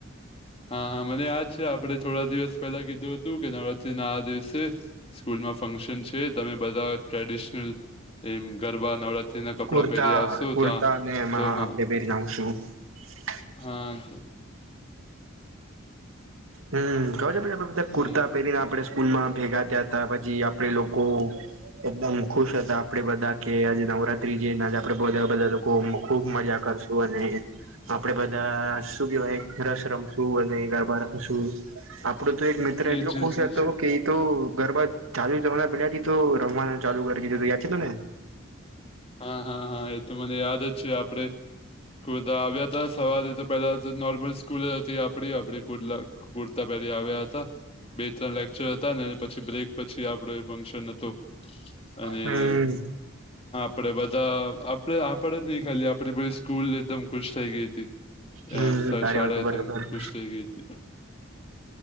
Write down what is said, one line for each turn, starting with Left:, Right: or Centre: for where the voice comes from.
Left: હા હા મને યાદ છે, આપણે થોડા દિવસ પેલા કીધું હતું કે નવરાત્રી ના આ દિવસે સ્કૂલમાં ફંક્શન છે, તમે બધા ટ્રેડિશનલ એમ ગરબા નવરાત્રી ના કપડા
Right: કુર્તા
Left: પહેરી આવશુ
Right: કુર્તા
Left: તો આ
Right: ને એમાં
Left: તો હા.
Right: આપડે પહેરી <inaudible>
Left: હા.
Right: હમ ક છે પછી આપડે બધા કુર્તા
Left: હમ
Right: પહેરીને આપડે સ્કૂલમાં ભેગા થ્યાં હતા પછી આપડે લોકો એકદમ ખુશ હતા આપડે બધા કે આજે નવરાત્રી જેનેજ આપડે બધા બધા લોકો. ખુબ મજા કરશું અને આપડે બધા શું કેવાય રસ રમ શું હ ગરબાર શું આપડો તો એક મિત્ર એટલો
Left: એજ
Right: ખુશ
Left: એજ
Right: હતો
Left: એજ
Right: કે તો ગરબા ચાલુ તમારા પેલાથી તો રમવાનું ચાલુ કરી દીધુ યાદ છેને, ને
Left: હા હા હા એ તો મને યાદ જ છે આપડે કુર્દ આવ્યા હતા સવારે તો પેલા તો નોર્મલ સ્કૂલ હતી આપડી આપડી કુર્લા પુરતા પહેલી આવ્યા હતા બે ત્રણ લેક્ચર હતા. પછી બ્રેક પછી આપડો એ ફંક્શન હતો અને
Right: હમ
Left: આપડે બધા આપડે આપડ જ નહ ખાલી આપણેે સ્કૂલ એકદમ ખુશ થઈ ગઈ હતી. એ
Right: હમ તારી
Left: સાળા
Right: વાત
Left: એ
Right: બરાબર
Left: તમ ખુશ થઈ ગઈ છે.